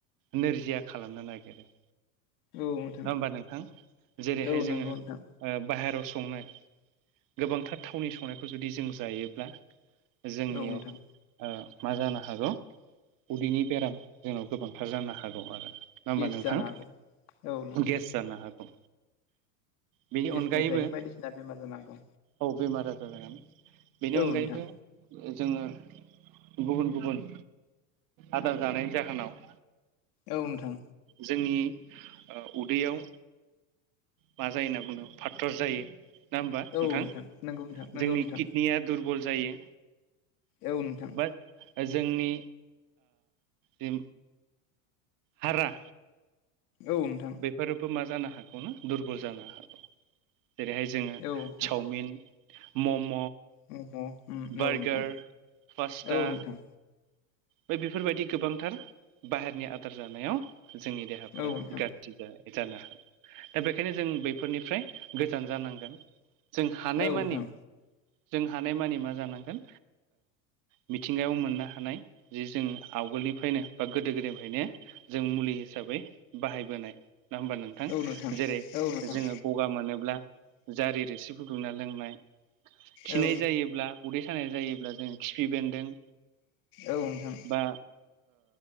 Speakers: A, on the right; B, on the left.
A: नोरजिया खालामनो नागिरो।
B: औ नोंथां
A: नङा हबा नोंथां जेरैहाय
B: औ
A: जोङो
B: नंगौ नोंथां
A: बाहेरायाव संनाय गोबांथार थावनि संनायखौ जुदि जों जायोब्ला जोंनियाव
B: औ नोंथां
A: मा जानो हागौ उदैनि बेराम जोंनाव गोबांथार जानो हागौ आरो। ना होमब्लाा
B: गेस
A: नोंथां?
B: जानो हागौ औ नोंथां
A: गेस जानो हागौ। बेनि
B: गेसनिफ्रायनो
A: अनगायैबो
B: बायदिसिना बेमार जानो हागौ
A: औ बेमार आजार जागामोन बेनि
B: औ
A: अनगायैबो
B: नोंथां
A: जोङो गुबुन गुबुन आदार जानाय जाखोनाव
B: औ नोंथां
A: जोंनि उदैयाव मा जायो होनना बुंदों फाटर जायो नङा होमबा
B: औ
A: नोंथां।
B: नंगौ नोंथां नंगौ
A: जोंनि
B: नोंथां
A: कित निया दुरबल जायो।
B: औ नोंथां।
A: बा जोंनि जि हारा
B: औ नोंथां।
A: बेफोरबो मा जानो हागौ न दुरबल जानो हागौ जेरैहाय जोङो
B: औ नोंथां
A: चावमिन मम'
B: मम'
A: बार्गार
B: औ नोंथां
A: पासता
B: औ नोंथां
A: ब बेफोरबायदि गोबांथार बाहेरनि आदार जानायाव जोंनि देहाफोरा
B: औ नोंथां
A: गाज्रि जानो हागौ दा बेखायनो जों बैफोरनिफ्राय गोजान जानांगोन। जों हानायमानि
B: औ नोंथां
A: जों हानायमानि मा जानांगोन मिथिंगायाव मोननो हानाय जे जों आवगोलनिफ्रायनो बा गोदो गोदायनिफ्रायनो जों मुलि हिसाबै बाहायबोनाय नङा होमबा नोंथां
B: औ नोंथां
A: जेरै जोङो
B: औ नोंथां
A: गगा मोनोब्ला जारि रोसि फुदुंना लोंनाय खिनाय
B: औ
A: जायोब्ला उदै सानाय जायोब्ला जोङो खिफि बेन्दों
B: औ नोंथां
A: बा